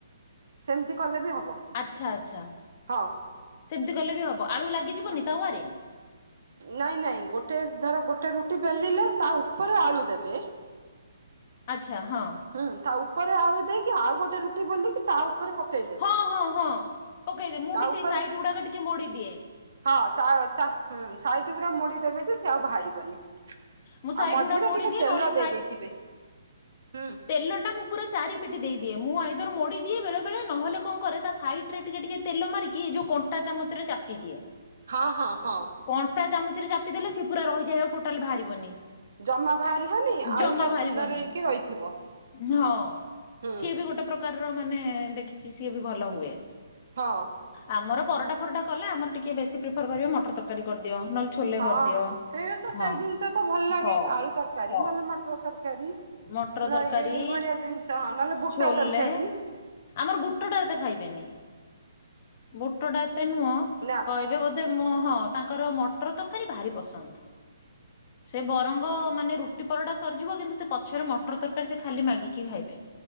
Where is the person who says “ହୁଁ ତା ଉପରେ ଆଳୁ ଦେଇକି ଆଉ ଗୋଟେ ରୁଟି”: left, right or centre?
Right